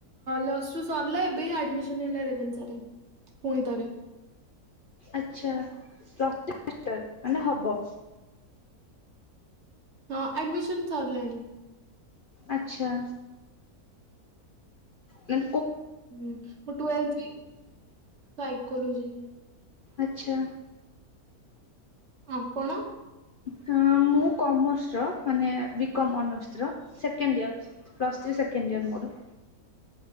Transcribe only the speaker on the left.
ଆଛା ପ୍ଲୁସ ଥ୍ରୀ ଫାର୍ଷ୍ଟ ଇଅର ମାନେ ହବ।
ଆଚ୍ଛା। ନା
ଆଚ୍ଛା।
ତ ମୁଁ କମର୍ସର ମାନେ ବି କମ୍ ଅନର୍ସଥର second year plus second year ମୋର।